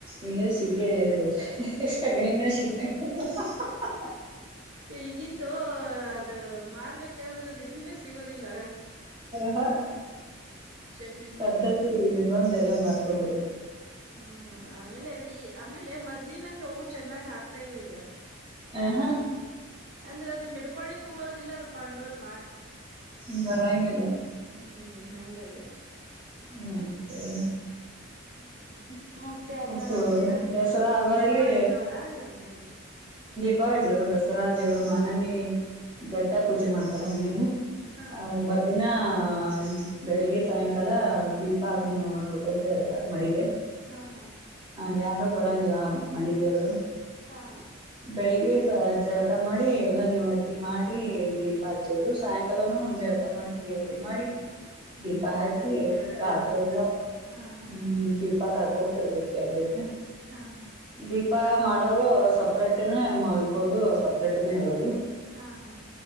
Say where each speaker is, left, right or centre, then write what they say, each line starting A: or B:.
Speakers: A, on the right; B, on the right.
A: ಇನ್ನ ಸೀಟಿ ಅಲ್ಲಲ್ಲ ಇಡು <unintelligible>
B: ಈಗಿಂದು ಅದು ಮಾಡ್ಬೇಕಂದ್ರದು ಇದನ್ನೇ ಸಿಗೋದಿಲ್ಲ
A: ಹ
B: ಶಗ್ಣಿ
A: ಪದ್ಧತಿ ನಿಬಂದ ಎಲ್ಲ ಮಾರ್ತೊಗಿ ಬಿಡು
B: ಹ್ಮ್ ಆಮೇಲೆ ಅದ ಈ ಆಮೇಲೆ ಮೊದ್ಲಿನಂಗ ಹೂ ಚೆನ್ನಾಗ್ ಹಾಕ್ತಾ ಇಲ್ಲ ಈಗ
A: ಆಹಾ
B: ಅಂದ್ರೆ ಅದು ಹಿಡ್ಕೊಳ್ಕ್ಕ ಬರದಿಲ್ಲ ಅದು ಪಾಂಡವರ್
A: ಹ್ಮ ಬರಂಗಿಲ್ಲ
B: ಹ್ಮ್ ಹಂಗಾಗ್ಯದ.
A: ಆ ಆ
B: ಹ್ಮ ಹ ಮತ್ತೆ ಹಬ್ಬ
A: ಕುಪ್ಪು
B: ಮಾಡ್ತೀರ
A: ದಸರಾ ಹಬ್ಬದಲ್ಲಿ
B: ದೀಪಾವಳಿ ಜೋರ ಹಂಗಲ್ಲ ನಿಮ್ದ
A: ಬಬ್ಬಾ ಜಿಯವರು ದಸರಾ ಜೆಯವರು ಮಾನಮಿ ಘಟ್ಟ ಪೂಜೆ ಮಾಡ್ತಾರೆ ಮನೇಲಿ
B: ಹಾ
A: ಹ ಒಂಬತ್ ದಿನ ಆ ಬೆಳಿಗ್ಗೆ ಸಾಯಂಕಾಲ ದೀಪ ಅದ ನೋಡ್ಕೊಂತ ಇರ್ತಾರೆ ಮಡಿಲಿ
B: ಹಾ ಹಾ.
A: ಅಲ್ಲಿ ಯಾರು ಬರೋಂಗಿಲ್ಲ ಮನಿದೇವರು
B: ಹಾ
A: ಬೆಳಿಗ್ಗೆ ಜಳಕ ಮಾಡಿ ಎಲ್ಲಾ ನೀವು ಅದ್ದಿ ಮಾಡಿ ದೀಪ ಹಚ್ಚೋದು ಸಾಯಂಕಾಲನುೂ ಜಳಕ ಮಾಡಿ ಪೂಜೆ ಮಾಡಿ ದೀಪ
B: ಹ್ಮ್
A: ಹಚ್ಚಿ
B: ಅದೇ ಎರಡೆರಡು
A: ರಾತ್ರಿಲ್ಲ
B: ಹೊತ್ತು ಹಾ
A: ಹ್ಮ ದ ಕೊತಿರ್ಬೇಕು ಯ್ದ
B: ಹಾ
A: ದೀಪ
B: ನಾ
A: ಮಾಡೋರು ಸಪ್ರೇಟ್ನ ಮಲ್ಕೋದು ಸಪ್ರೇಟ್ನ ಇರೋದು
B: ಹಾ ಹಾ